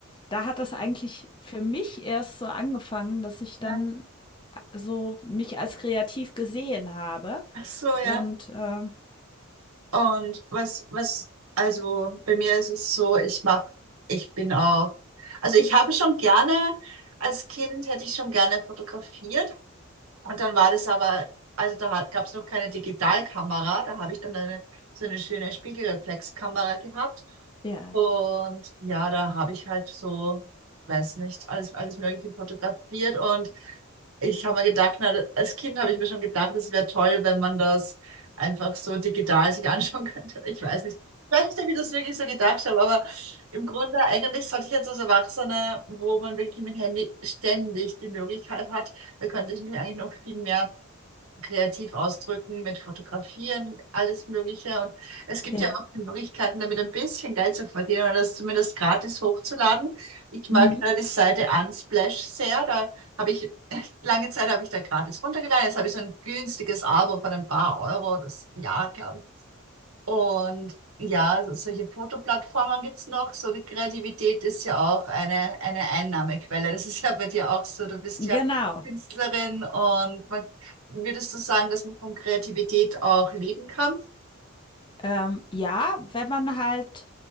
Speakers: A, on the left; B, on the right.
A: da hat das eigentlich für mich erst so angefangen, dass ich
B: Ja.
A: dann so mich als kreativ gesehen habe.
B: Ach so, ja.
A: Und ähm,
B: Und was, was, also bei mir ist es so, ich mach, ich bin auch, also ich habe schon gerne, als Kind hätte ich schon gerne fotografiert. Und dann war das aber, also da gab es noch keine Digitalkamera, da habe ich dann eine, so eine schöne Spiegelreflexkamera gehabt.
A: ja,
B: Und ja, da habe ich halt so, weiß nicht, alles, alles Mögliche fotografiert. Und ich habe mir gedacht, na, als Kind habe ich mir schon gedacht, es wäre toll, wenn man das einfach so digital sich anschauen <laughs> könnte. Ich weiß nicht. Ich weiß nicht, ob ich das wirklich so gedacht habe, aber im Grunde eigentlich sollte ich jetzt als Erwachsener, wo man wirklich mit Handy ständig die Möglichkeit hat, da könnte ich mich eigentlich noch viel mehr kreativ ausdrücken, mit Fotografieren, alles Mögliche. Und es gibt
A: ja,
B: ja auch die Möglichkeiten, damit ein bisschen Geld zu verdienen oder das zumindest gratis hochzuladen. Ich mag
A: mhm.
B: da die Seite Unsplash sehr. Da habe ich, <laughs> lange Zeit habe ich da gratis runtergeladen. Jetzt habe ich so ein günstiges Abo von ein paar Euro, das Jahr, glaube ich. Und ja, so- solche Fotoplattformen gibt's noch. So die Kreativität ist ja auch eine, eine Einnahmequelle. Das ist ja bei dir auch so. Du bist ja
A: genau.
B: Künstlerin und man, würdest du sagen, dass man von Kreativität auch leben kann?
A: Ähm, ja, wenn man halt